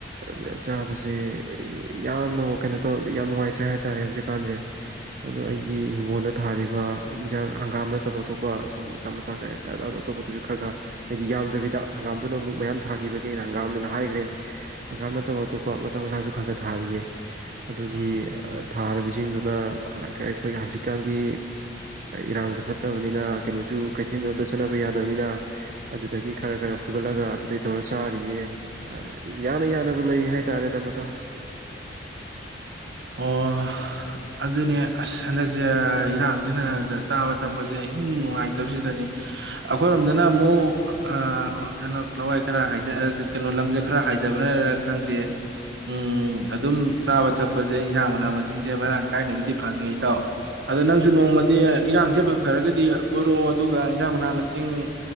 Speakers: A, on the right (about 45°); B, on the right (about 65°).
A: ꯑꯗ ꯆꯥꯕꯁꯦ ꯌꯦ ꯌꯥꯝꯅ ꯋꯥ ꯀꯩꯅꯣ ꯇꯧ ꯌꯥꯝ ꯅꯨꯡꯉꯥꯏꯇ꯭ꯔꯦ ꯍꯥꯏꯇꯥꯔꯦ ꯍꯧꯖꯤꯛꯀꯥꯟꯁꯦ꯫ ꯑꯗꯣ
B: ꯎꯝ
A: ꯑꯩꯒꯤ ꯍꯤꯡꯒꯣꯟꯗ ꯊꯥꯔꯤꯕ ꯏꯟꯖꯥꯡ ꯍꯪꯒꯥꯝ ꯅꯠꯇꯕ ꯑꯇꯣꯞꯄ ꯁꯨꯝ ꯃꯆꯥ ꯃꯆꯥ ꯀꯩ ꯀꯌꯥ ꯀ ꯑꯇꯣꯞꯄꯗꯁꯨ ꯈꯔ ꯈꯔ ꯍꯥꯏꯗꯤ ꯌꯥꯝꯗꯕꯤꯗ ꯍꯪꯒꯥꯝꯗꯨꯅ ꯃꯨꯛ ꯃꯌꯥꯝ ꯊꯥꯒꯤꯕꯒꯤ ꯑꯩꯅ ꯍꯪꯒꯥꯝꯅꯦꯅ ꯍꯥꯏꯒ꯭ꯔꯦ꯫ ꯍꯪꯒꯥꯝ ꯅꯠꯇꯕ ꯑꯇꯣꯞꯄ ꯃꯆꯥ ꯃꯆꯥꯁꯨ ꯈꯔ ꯈꯔ ꯊꯥꯔꯤꯌꯦ꯫ ꯑꯗꯨꯒꯤ
B: ꯎꯝ
A: ꯑꯥ꯫ ꯊꯥꯔꯕꯁꯤꯡꯗꯨꯅ ꯑꯥ ꯑꯩꯈꯣꯏ ꯍꯧꯖꯤꯛꯀꯥꯟꯒꯤ ꯏꯔꯥꯡꯁꯨ ꯐꯠꯇꯕꯅꯤꯅ ꯀꯩꯅꯣꯁꯨ ꯀꯩꯊꯦꯜꯁꯨ ꯑꯝꯇ ꯆꯠꯅꯕ ꯌꯥꯗꯕꯅꯤꯅ ꯑꯗꯨꯗꯒꯤ ꯈꯔ ꯈꯔ ꯐꯨꯒꯠꯂꯒ ꯑꯗꯨꯗꯩ ꯇꯧꯔ ꯆꯥꯔꯤꯌꯦ ꯑꯥ ꯌꯥꯅ ꯌꯥꯅꯕ ꯂꯩꯔꯤ ꯍꯥꯏꯇꯥꯔꯦꯗ ꯃꯇꯥꯎ꯫
B: ꯑꯣ ꯑꯗꯨꯅꯦ ꯑꯁ ꯍꯟꯗꯛꯁꯦ ꯏꯔꯥꯡꯖꯤꯅ ꯆꯥꯕ ꯊꯛꯄꯁꯦ ꯏꯅꯪ ꯅꯨꯡꯉꯥꯏꯇꯕꯁꯤꯗꯅꯤ ꯑꯩꯈꯣꯏꯔꯣꯝꯗꯅ ꯑꯃꯨꯛ ꯑꯥ ꯀꯩꯅꯣ ꯂꯋꯥꯏ ꯈꯔ ꯍꯥꯏꯗ ꯑꯥ ꯀ ꯂꯝꯖꯦ ꯈꯔ ꯍꯥꯏꯗꯕꯅꯔ ꯈꯪꯗꯦ ꯎꯝ ꯑꯗꯨꯝ ꯆꯥꯕ ꯊꯛꯄ ꯈꯣꯁꯦ ꯏꯟꯖꯥꯡ ꯃꯅꯥ ꯃꯁꯤꯡꯁꯦ ꯃꯔꯥꯡ ꯀꯥꯏꯅꯕꯨꯗꯤ ꯐꯪꯉꯦ ꯏꯇꯥꯎ ꯑꯗꯣ ꯅꯪꯁꯨ ꯅꯣꯡꯃꯗꯤ ꯏꯔꯥꯡꯁꯦ ꯐ ꯐꯔꯒꯗꯤ ꯀꯣꯏꯔꯛꯑꯣ ꯑꯗꯨꯒ ꯏꯟꯖꯥꯡ ꯃꯅꯥ ꯃꯁꯤꯡ